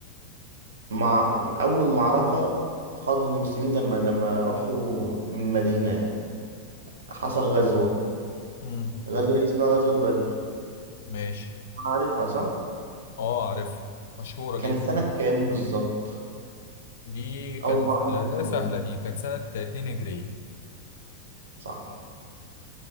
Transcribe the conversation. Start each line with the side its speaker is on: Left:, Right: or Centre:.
Right: مع أول معركة خاضها المسلمين لما لما راحوا من مدينة يعني حصل غزوة
Left: امم
Right: غزوة دي اسمها غزوة بدر
Left: ماشي
Right: عارفها صح؟
Left: اه عارف مشهورة
Right: كانت
Left: جدا
Right: سنة كام بالظبط؟
Left: دي كانت
Right: أول ما راح المسلمين
Left: ده سهلة دي كانت سنة 2 هجري
Right: صح